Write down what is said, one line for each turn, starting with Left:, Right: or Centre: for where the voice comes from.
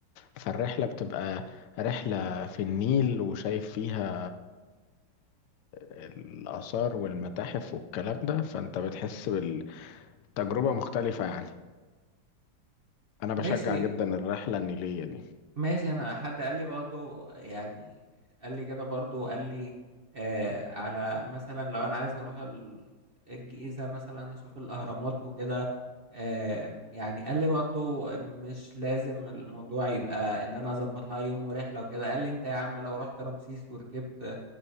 Left: فالرحلة بتبقى رحلة في النيل وشايف فيها الآثار والمتاحف والكلام ده فأنت بتحس بالتجربة مختلفة يعني أنا بشجع
Right: ماشي
Left: جدا الرحلة النيلية دي
Right: ماشي انا حد قال لي برضو يعني قال لي كده برضو قال لي آه على مثلا لو انا عايز اروح ال- الجيزة مثلا اشوف الاهرامات وكده آه يعني قال لي برضو مش لازم الموضوع يبقى ان انا اظبط لها يوم ورحلة وكده قال لي انت يا عم لو رحت رمسيس وركبت